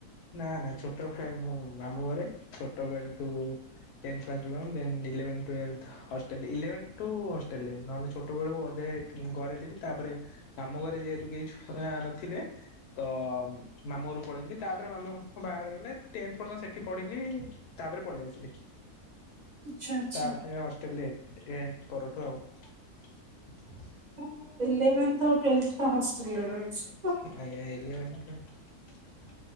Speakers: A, on the left; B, on the right.
A: ନା ନା ଛୋଟବେଳେ ମୁଁ ମାମୁଁ ଘରେ ଛୋଟବେଳଠୁ tenth twenty one then eleven twelfth. Hostel eleven two ହଷ୍ଟେଲରେ ନହେଲେ ଛୋଟ ବେଳୁ ଅଧେ ଘରେ ଥିଲି ତାପରେ ମାମୁଁ ଘରେ ଯେହେତୁ କେହିଛୁଆ ନଥିଲେ ତ ମାମୁଁ ଘରୁକୁ ପଳେଇଲି। ତାପରେ ମାମୁଁ ଫାମୁଁ ବାହାଘର ହେଇଗଲେ ଟେନ୍ଥ ପର୍ଯ୍ୟନ୍ତ ସେଠି ପଢ଼ିଲି। ତାପରେ ପଳେଇ ଆସିଲି।
B: ଆଚ୍ଛା ଆଚ୍ଛା।
A: ତାପରେ ଅଷ୍ଟେଲରେ ଟେନ୍ଥ ପରଠୁ ଆଉ-
B: ମୁଁ ଇଲେଭେନ୍ ତ ଟେନ୍ଥ ଟା ହଷ୍ଟେଲରେ ରହିଚି।
A: ଆଜ୍ଞା ଇଲେଭେନ୍ ଟା